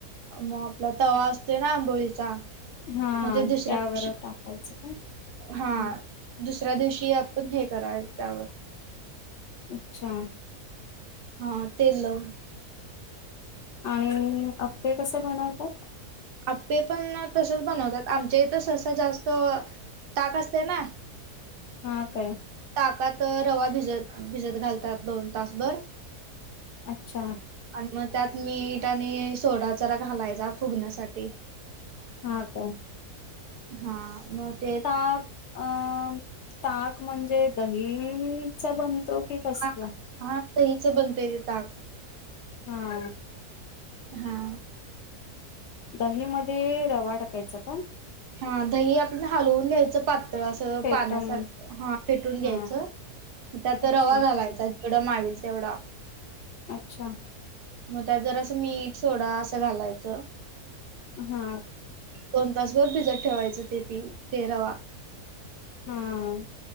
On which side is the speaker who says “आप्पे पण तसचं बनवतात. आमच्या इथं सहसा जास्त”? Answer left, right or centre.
Right